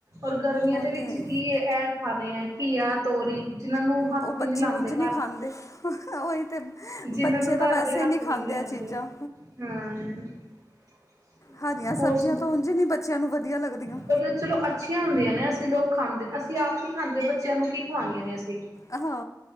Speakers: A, on the right (about 50°); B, on the left (about 45°).
A: ਔਰ ਗਰਮੀਆਂ
B: ਉਹ
A: ਦੇ
B: ਤਾਂ
A: ਵਿੱਚ
B: ਹੈ ਹੀ।
A: ਕੀ ਇਹ ਖਾਣੇ ਹੈ ਘੀਆ, ਤੋਰੀ ਜਿਹਨਾਂ ਨੂੰ ਹੱਥ
B: ਉਹ ਬੱਚੇ
A: ਵੀ ਨੀ ਲਾਂਦੇ।
B: ਉਂਝ ਨਹੀਂ ਖਾਂਦੇ ਉਹੀ ਤੇ
A: ਜਿਹਨਾਂ
B: ਬੱਚੇ
A: ਨੂੰ ਘਰ
B: ਤਾਂ ਵੈਸੇ
A: ਦੇ ਹੱਥ
B: ਹੀ ਨਹੀਂ ਖਾਂਦੇ
A: ਵੀ ਨੀ ਲਾਂਦੇ,
B: ਆ ਚੀਜ਼ਾਂ
A: ਹਾਂ। <inaudible>
B: ਹਰੀਆਂ ਸਬਜ਼ੀਆਂ
A: ਹੋਰ ਸੁਨਾ,
B: ਤਾਂ ਉਂਝ ਹੀ ਨਹੀਂ ਬੱਚਿਆਂ ਨੂੰ ਵਧੀਆ ਲੱਗਦੀਆਂ
A: ਪਰ ਚਲੋ ਅੱਛੀਆਂ ਹੁੰਦੀਆਂ ਨੇ ਅਸੀਂ ਲੋਕ ਖਾਂਦੇ, ਅਸੀਂ ਆਪ ਨਹੀਂ ਖਾਂਦੇ ਬੱਚਿਆਂ ਨੂੰ ਕੀ ਖਵਾਣੀਆ ਨੇ ਅਸੀਂ।
B: ਆਹੋ।